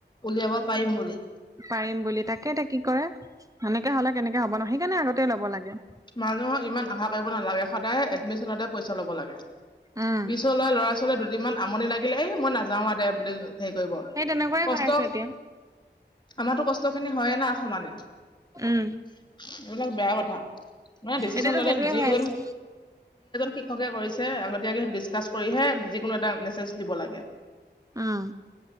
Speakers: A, on the left; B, on the right.
A: উলিয়াব পাৰিম বুলি।
B: পাৰিম বুলি তাকে এতিয়া কি কৰে। সেনেকে হ'লে কেনেকে হ'ব নয় সেইকাৰণে আগতে ল'ব লাগে।
A: মানুহৰ ইমান আশা কৰিব নালাগে, সদায় এডমিচনতে পইচা ল'ব লাগে।
B: উম
A: পিছ ল'ৰা-ছোৱালী দুদিনমান আমনি লাগিলে এই মই নাযাও আও দে বুলি হেৰি কৰিব।
B: সেই তেনেকুৱাই
A: কষ্ট
B: হৈ আছে এতিয়া
A: আমাৰো কষ্ট খিনি হয়ে না সমানে এইবিলাক
B: উম
A: বেয়া কথা। নাই ডিচিশন
B: এতিয়াতো
A: ল'লে
B: সেইটোয়ে
A: যি যিকেইজন
B: হৈ আছে
A: শিক্ষকে কৰিছে আগতীয়াকে ডিচকাচ কৰিহে যিকোনো এটা মেছেজ দিব লাগে।
B: উম